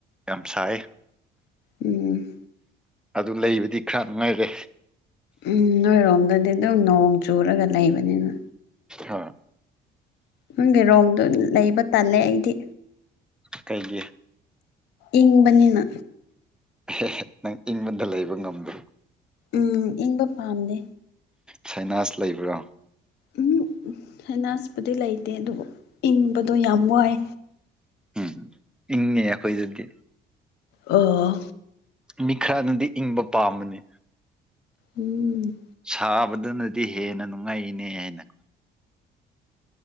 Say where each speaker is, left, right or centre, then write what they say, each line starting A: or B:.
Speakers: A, in the centre; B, on the left.
A: ꯌꯥꯝ ꯁꯥꯏ
B: ꯎꯝ
A: ꯑꯗꯨ ꯂꯩꯕꯗꯤ ꯈꯔ ꯅꯨꯡꯉꯥꯏꯔꯦ
B: ꯎꯝ ꯅꯣꯏꯔꯣꯝꯗꯗꯤ ꯑꯗꯨꯝ ꯅꯣꯡ ꯆꯨꯔꯒ ꯂꯩꯕꯅꯤꯅ
A: ꯑ
B: ꯅꯪꯒꯤ ꯔꯣꯝꯗ ꯂꯩꯕ ꯇꯜꯂꯦ ꯑꯩꯗꯤ
A: ꯀꯩꯒꯤ
B: ꯏꯪꯕꯅꯤꯅ
A: ꯑꯦ ꯅꯪ ꯏꯪꯕꯗ ꯂꯩꯕ ꯉꯝꯗ꯭ꯔꯣ
B: ꯎꯝ ꯏꯪꯕ ꯄꯥꯝꯗꯦ
A: ꯁꯥꯏꯅꯥꯁ ꯂꯩꯕ꯭ꯔꯥ
B: ꯎꯝ ꯍꯥꯏꯅꯥꯁꯄꯨꯗꯤ ꯂꯩꯇꯦ ꯑꯗꯨꯕꯨ ꯏꯪꯕꯗꯣ ꯌꯥꯝ ꯋꯥꯏ
A: ꯎꯝ ꯏꯪꯉꯦ ꯑꯩꯈꯣꯏꯗꯗꯤ
B: ꯑꯥ
A: ꯃꯤ ꯈꯔꯅꯗꯤ ꯏꯪꯕ ꯄꯥꯝꯕꯅꯤ
B: ꯎꯝ
A: ꯁꯥꯕꯗꯨꯅꯗꯤ ꯍꯦꯟꯅ ꯅꯨꯡꯉꯥꯏꯅꯦ ꯍꯥꯏꯅꯣ